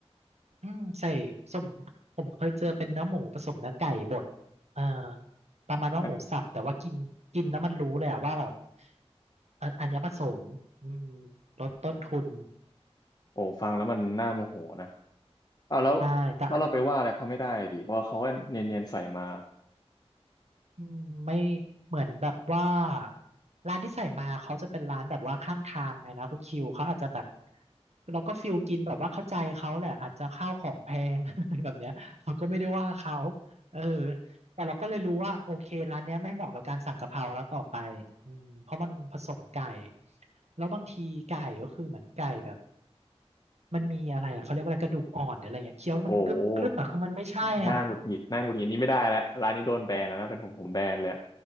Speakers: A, on the right; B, on the left.
A: อืมใส่สมผมเคยเจอเป็นเนื้อหมูผสมเนื้อไก่บดเอ่อประมาณว่าหมูสับแต่ว่ากินกินแล้วมันรู้เลยอะว่าแบบ
B: อัน
A: อันอันเนี้ยผสมอืมลดต้นทุน
B: โอ้ฟังแล้วมันน่าโมโหนะเอาแล้ว
A: ได้แต่
B: แล้วเราไปว่าอะไรเขาไม่ได้ดิเพราะเขาก็เนียนๆใส่มา
A: อืมไม่เหมือนแบบว่าร้านที่ใส่มาเขาจะเป็นร้านแบบว่าข้างทางไงนะคุณคิวเขาอาจจะแบบเราก็ฟิลกินแบบว่าเข้าใจเขาแหละอาจจะข้าวของแพง <laughs> อะไรแบบเนี้ยเราก็ไม่ได้ว่าเขาเออแต่เราก็เลยรู้ว่าโอเคร้านเนี้ยไม่เหมาะกับการสั่งกะเพราแล้วต่อไปอืมเพราะมันผสมไก่แล้วบางทีไก่ก็คือเหมือนไก่แบบมันมีอะไรอะเขาเรียกว่าอะไรกระดูกอ่อนหรืออะไรเงี้ยเคี้ยวแล้วมันกรึบกรึบอะคือมันไม่ใช่อ่ะ
B: โอ้หน้าหงุดหงิดหน้าหงุดหงิดนี่ไม่ได้แล้วร้านนี้โดนแบนแล้วนะเป็นผมผมแบนเลยอะ